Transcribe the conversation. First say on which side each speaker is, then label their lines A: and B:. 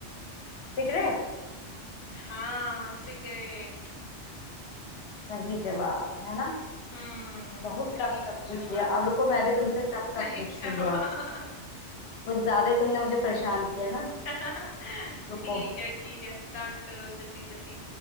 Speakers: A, on the left (about 65°); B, on the left (about 45°).
A: सिगरेट
B: हाँ सिगरेट
A: सही जवाब है ना
B: हम्म
A: बहुत
B: सही
A: टफ टफ पूछ
B: जवाब
A: लिया अब रुको मैं भी तुमसे टफ टफ
B: सही
A: पूछती
B: जवाब
A: हूँ थोड़ा कुछ ज्यादा ही तुमने मुझे परेशान किया ना
B: <laughs>
A: रुको
B: ठीक है ठीक है स्टार्ट करो जल्दी जल्दी